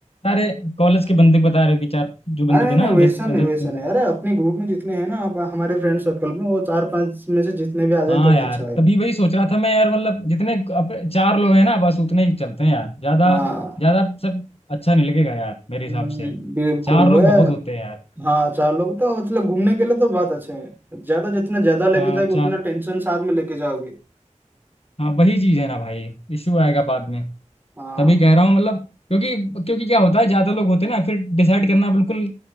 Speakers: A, on the left; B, on the right.
A: सारे कॉलेज के बंदे बता रहे हो कि चार जो बंदे
B: अरे नहीं
A: थे ना
B: नहीं वैसा
A: दस दस
B: नहीं वैसा
A: पंद्रह
B: नहीं अरे अपने ग्रुप में जितने हैं ना अब हमारे फ्रेंड सर्कल में वो चार पांच में से जितने भी आ जाए
A: हाँ
B: तो ही
A: यार
B: अच्छा है
A: तभी वही सोच रहा था मैं यार मतलब जितने अब चार लोग हैं ना बस उतने ही चलते हैं यार ज्यादा
B: हाँ
A: ज्यादा सब अच्छा नहीं लगेगा यार मेरे हिसाब
B: हम्म,
A: से
B: बिल्कुल
A: चार लोग
B: वह
A: बहुत होते हैं यार
B: हाँ चार लोग तो मतलब घूमने के लिए तो बहुत अच्छे हैं ज्यादा जितना ज्यादा लेके
A: हाँ
B: जाओगे
A: चार
B: उतना टेंशन साथ में लेके जाओगे
A: हाँ वही चीज़ है ना भाई इश्यू आएगा बाद में
B: हाँ
A: तभी कह रहा हूँ मतलब क्योंकि क्योंकि क्या होता है ज्यादा लोग होते हैं ना फिर डिसाइड करना बिल्कुल